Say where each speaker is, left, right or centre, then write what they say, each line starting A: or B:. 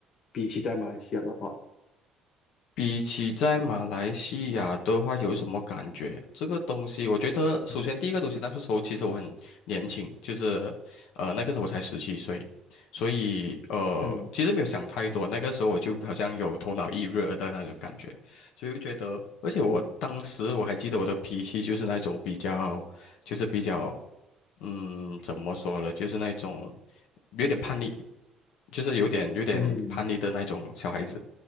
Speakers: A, on the left (about 55°); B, on the left (about 75°).
A: 比起在马来西亚的话，
B: 比起在马来西亚的话，有什么感觉？这个东西，我觉得首先第一个东西，
A: 嗯
B: 那个时候其实我很年轻，就是呃那个时候我才十七岁，所以呃其实没有想太多，
A: 嗯
B: 那个时候我就好像有头脑一热的那种感觉，所以就觉得，而且我当时我还记得我的脾气就是那种比较，就是比较，嗯，怎么说呢，就是那种有点叛逆，就是有点有点叛逆的那种小孩子。
A: 嗯，